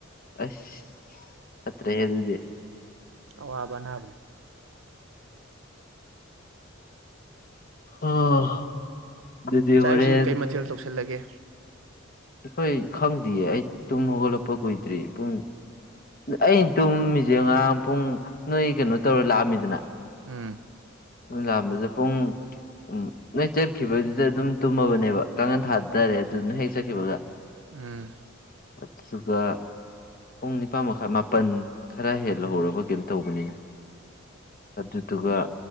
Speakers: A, on the left (about 45°); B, on the right (about 65°).
A: ꯑꯩꯁ ꯐꯠꯇꯔ꯭ꯦꯍꯦ ꯑꯗꯨꯗꯤ
B: ꯑꯋꯥꯕ ꯑꯅꯥꯕꯅꯦ
A: <unintelligible> ꯑꯗꯨꯗꯤ
B: ꯆꯥ
A: ꯍꯣꯔꯦꯟ
B: ꯏꯁꯤꯡ ꯀꯩ ꯃꯊꯦꯜ ꯇꯧꯁꯜꯂꯒꯦ
A: ꯑꯩꯈꯣꯏ ꯈꯪꯗꯤꯌꯦ ꯑꯩ ꯇꯨꯝ ꯍꯧꯒꯠꯂꯛꯄ ꯀꯨꯏꯗ꯭ꯔꯤ ꯄꯨꯡ ꯑꯩꯟ ꯇꯨꯝꯃꯤꯖꯦ ꯉꯔꯥꯡ ꯄꯨꯡ ꯅꯣꯏ ꯀꯩꯅꯣ ꯇꯧꯔ ꯂꯥꯑꯝꯃꯤꯗꯅ
B: ꯎꯝ
A: ꯑꯗꯨ ꯂꯥꯑꯝꯕꯗꯨ ꯄꯨꯡ ꯀꯦ ꯎꯝ ꯅꯣꯏ ꯆꯠꯈꯤꯕꯗꯨꯗ ꯑꯗꯨꯝ ꯇꯨꯝꯃꯕꯅꯦꯕ ꯀꯥꯡꯉꯟ ꯊꯥꯗꯔꯦ ꯑꯗꯨ ꯅꯣꯏ ꯍꯦꯛ ꯆꯠꯈꯤꯕꯒ
B: ꯎꯝ
A: ꯑꯠꯊꯔꯨꯒ ꯄꯨꯡ ꯅꯤꯄꯥꯥꯟ ꯃꯈꯥꯏ ꯃꯥꯄꯟ ꯈꯔ ꯍꯦꯜꯂꯍꯧꯔꯕ ꯀꯩꯝ ꯇꯧꯕꯅꯤꯅꯦ ꯑꯗꯨꯗꯨꯒ